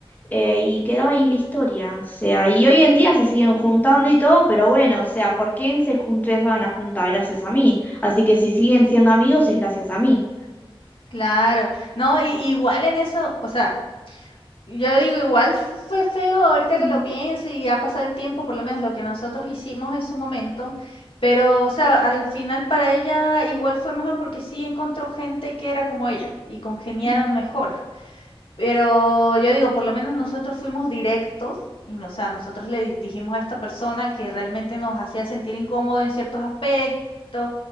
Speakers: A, on the left (about 20°); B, on the left (about 65°).
A: eh, y quedó ahí la historia. O sea, y hoy en día se siguen juntando
B: Mm,
A: y todo, pero bueno, o sea, ¿por qué se junté a juntar? Gracias a mí. Así que si siguen siendo amigos es gracias a mí.
B: Claro, no, y, igual en eso, o sea, yo digo, igual fu- fue feo ahorita que
A: Mm,
B: lo pienso y ha pasado el tiempo, por lo menos lo que nosotros hicimos en su momento, pero, o sea, al final para ella igual fue mejor porque sí encontró gente que era como ella y congeniaron
A: mm,
B: mejor. Pero yo digo, por lo menos nosotros fuimos directos, y, o sea, nosotros le di- dijimos a esta persona que realmente nos hacía sentir incómodo en ciertos aspectos,